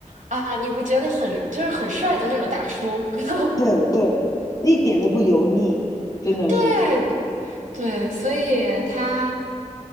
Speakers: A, on the right; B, on the left.
A: 啊，你会觉得很就是很帅的那种大叔。<laughs>
B: 对对，一点都不油腻，真的是。
A: 对对，所以他